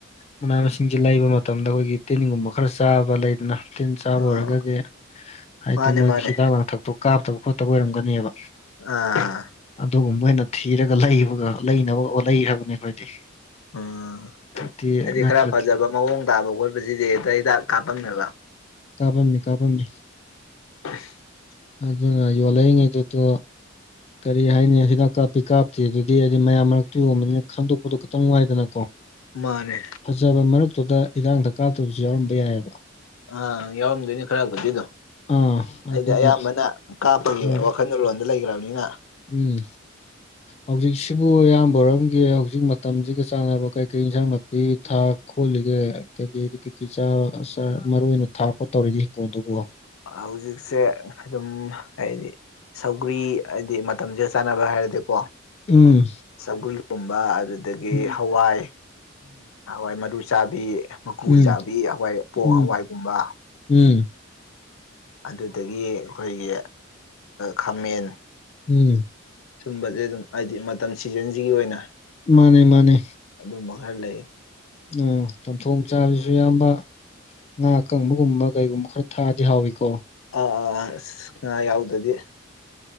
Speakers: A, on the left (about 30°); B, on the left (about 85°).
A: ꯃꯅꯥ ꯃꯁꯤꯡꯁꯦ ꯂꯩꯕ ꯃꯇꯝꯗ ꯑꯩꯈꯣꯏꯒꯤ ꯇꯤꯜꯅꯤꯡꯒꯨꯝꯕ ꯈꯔ ꯆꯥꯕ ꯂꯩꯗꯅ ꯇꯤꯟ ꯆꯥꯕ
B: ꯑꯥ
A: ꯑꯣꯏꯔꯒꯗꯤ ꯍꯥꯏꯗꯤ
B: ꯃꯥꯅꯦ
A: ꯃꯣꯏꯒꯤ
B: ꯃꯥꯅꯦ
A: ꯍꯤꯗꯥꯛ ꯂꯥꯡꯊꯛꯇꯣ ꯀꯥꯞꯇꯕ ꯈꯣꯠꯇꯕ ꯑꯣꯏꯔꯝꯒꯅꯦꯕ
B: ꯑꯥ
A: ꯑꯗꯨꯒꯨꯝꯕ ꯑꯣꯏꯅ ꯊꯤꯔꯒ ꯂꯩꯕꯒ ꯂꯩꯅꯕ ꯍꯣꯅꯩ ꯍꯥꯏꯕꯅꯤ ꯑꯩꯈꯣꯏꯗꯤ
B: ꯎꯝ
A: ꯅꯠꯇ꯭ꯔꯗꯤ
B: ꯍꯥꯏꯗꯤ
A: ꯅꯠꯇ꯭ꯔꯗꯤ
B: ꯈꯔ ꯐꯖꯕ ꯃꯑꯣꯡ ꯇꯥꯕ ꯈꯣꯠꯄꯁꯤꯗꯤ ꯍꯦꯛꯇ ꯍꯤꯗꯥꯛ ꯀꯥꯞꯄꯝꯅꯦꯕ
A: ꯀꯥꯄꯝꯃꯤ ꯀꯥꯄꯝꯃꯤ
B: <unintelligible>
A: ꯑꯗꯨꯅ ꯌꯣꯂꯛ ꯏꯉꯩꯗ ꯇꯣꯑꯣ ꯀꯔꯤ ꯍꯥꯏꯅꯤ ꯍꯤꯗꯥꯛ ꯀꯥꯞꯄꯤ ꯀꯥꯞꯇꯦ ꯑꯗꯨꯗꯤ ꯑꯗꯨꯗꯤ ꯃꯌꯥꯝ ꯃꯔꯛꯇꯤ ꯌꯣꯟꯕꯅꯤꯅ ꯈꯟꯗꯣꯛꯄꯗꯣ ꯈꯤꯇꯪ ꯋꯥꯏꯗꯅ
B: ꯃꯥꯅꯦ
A: ꯐꯖꯕ ꯃꯔꯛꯇꯨꯗ ꯏꯤꯔꯥꯡꯗ ꯀꯥꯞꯇꯕꯁꯨ ꯌꯥꯎꯔꯝꯕ ꯌꯥꯏꯑꯕ
B: ꯑꯥ ꯌꯥꯎꯔꯝꯗꯣꯏꯅꯦ ꯈꯔꯕꯨꯗꯤꯗꯣ
A: ꯑꯥ
B: ꯑꯩꯗꯤ
A: ꯑꯗꯨꯅ
B: ꯑꯌꯥꯝꯕꯅ ꯀꯥꯞꯄꯒꯤ
A: ꯍꯣꯏ
B: ꯋꯥꯈꯜ ꯂꯣꯟꯗ ꯂꯩꯈ꯭ꯔꯕꯅꯤꯅ
A: ꯎꯝ ꯍꯧꯖꯤꯛꯁꯤꯕꯨ ꯏꯌꯥꯝꯕꯔꯝꯒꯤ ꯍꯧꯖꯤꯛ ꯃꯇꯝꯁꯤꯒ ꯆꯥꯟꯅꯕ ꯀꯩꯀꯩ ꯏꯟꯁꯥꯡ ꯁꯤ ꯊꯥ ꯈꯣꯠꯂꯤꯒꯦ ꯀꯩꯗꯤ ꯀꯩꯀꯩ ꯆꯥ ꯃꯔꯨꯏ ꯑꯣꯏꯅ ꯊꯥꯛ ꯈꯣꯠ ꯇꯧꯔꯤꯒꯦ ꯍꯤꯡꯒꯣꯜꯗꯨꯕꯨꯣ
B: ꯍꯧꯖꯤꯛꯁꯦ ꯑꯗꯨꯝ ꯍꯥꯏꯗꯤ ꯁꯧꯒ꯭ꯔꯤ ꯍꯥꯏꯗꯤ ꯃꯇꯝꯁꯤꯒ ꯆꯥꯟꯅꯕ ꯍꯥꯏꯔꯗꯤꯀꯣ
A: ꯎꯝ
B: ꯆꯒꯨꯜꯒꯨꯝꯕ ꯑꯗꯨꯗꯒꯤ
A: ꯎꯝ
B: ꯍꯋꯥꯏ ꯍꯋꯥꯏ ꯃꯔꯨ ꯆꯥꯕꯤ ꯃꯀꯨ
A: ꯎꯝ
B: ꯆꯥꯕꯤ ꯍꯋꯥꯏ ꯄꯣꯡ
A: ꯎꯝ
B: ꯍꯋꯥꯏꯒꯨꯝꯕ
A: ꯎꯝ
B: ꯑꯗꯨꯗꯒꯤ ꯑꯩꯈꯣꯏꯒꯤ ꯈꯥꯃꯦꯟ
A: ꯎꯝ
B: ꯁꯨꯝꯕꯁꯦ ꯑꯗꯨꯝ ꯍꯥꯏꯗꯤ ꯃꯇꯝ ꯁꯤꯖꯟꯁꯤꯒꯤ ꯑꯣꯏꯅ
A: ꯃꯥꯅꯦ ꯃꯥꯅꯦ
B: ꯑꯗꯨꯝꯕ ꯈꯔ ꯂꯩ
A: ꯎꯝ ꯆꯝꯊꯣꯡ ꯆꯥꯕꯁꯤꯁꯨ ꯌꯥꯝꯌꯥꯝꯕ ꯉꯥ ꯀꯪꯕꯒꯨꯝꯕ ꯀꯩꯒꯨꯝꯕ ꯈꯔ ꯊꯥꯗꯤ ꯍꯥꯎꯏꯀꯣ
B: ꯑ ꯑꯥ ꯌꯥꯎꯗꯗꯤ